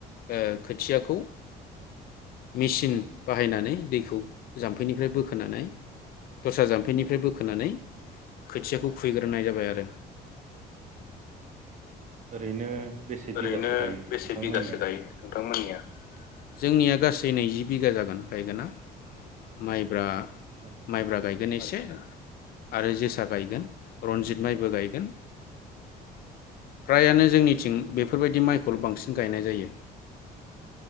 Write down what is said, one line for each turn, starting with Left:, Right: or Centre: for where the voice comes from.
Left: ओ खोथियाखौ मिसिन बाहायनानै दैखौ जाम्फैनिफ्राय बोखोनानै दस्रा जाम्फैनिफ्राय बोखोनानै खोथियाखौ खुयबैग्रोनाय जाबाय आरो
Right: ओरैनो बेसे
Left: ओरैनो
Right: बिगासो गायो
Left: बेसे
Right: नोंथांमोननिया
Left: बिगासो गायो नोंथांमोननिया जोंनिया गासै नैजि बिगा जागोन गायगोना माइब्रा
Right: आदसा
Left: माइब्रा गायगोन एसे आरो जोसा गायगोन रनजित माइबो गायगोन। फ्रायानो जोंनिथिं
Right: उम।
Left: बेफोरबायदि माइखौल' बांसिन गायनाय जायो।